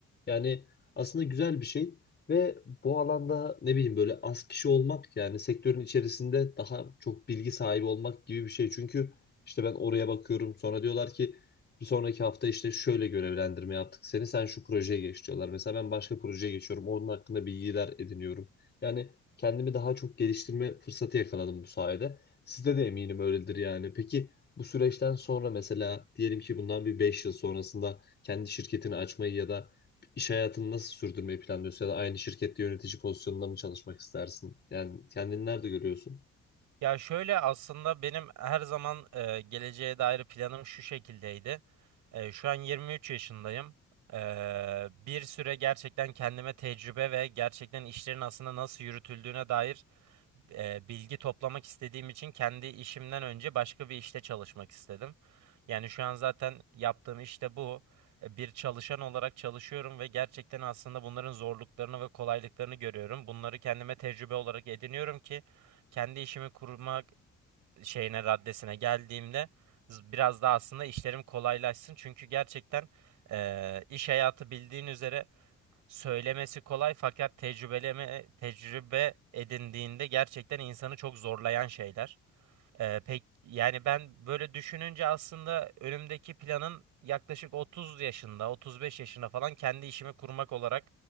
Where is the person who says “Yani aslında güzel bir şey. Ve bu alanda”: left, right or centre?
Left